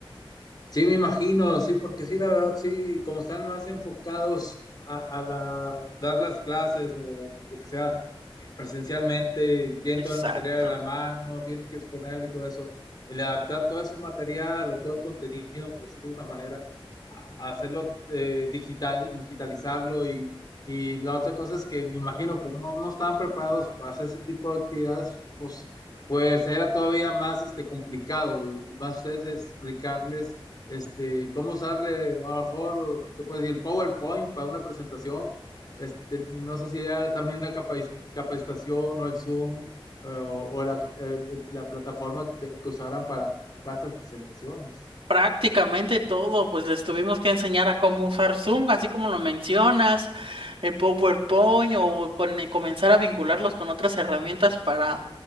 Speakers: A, on the left; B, on the right.
A: Sí, me imagino, sí, porque sí, la verdad, sí, como están más enfocados a, a la, dar las clases o lo que sea eh, presencialmente, tienen
B: Exactamente.
A: todo el material a la mano, tienen que exponerlo y todo eso, el adaptar todo ese material o todo el contenido, por decirlo de una manera, hacerlo eh, digital, digitalizarlo y, y la otra cosa es que me imagino como no, no estaban preparados para hacer ese tipo de actividades, pues, pues era todavía más este, complicado y más ustedes explicarles este, cómo usarle, a lo mejor, te puedes decir, el PowerPoint para una presentación, este, no sé si era también la capac capacitación o el Zoom eh, o, o la, eh, la, plataforma que, te, que usaran para, para estas presentaciones.
B: Prácticamente todo, pues les tuvimos que enseñar a cómo usar Zoom, así como lo mencionas, el PowerPoint o con, eh, comenzar a vincularlos con otras herramientas para,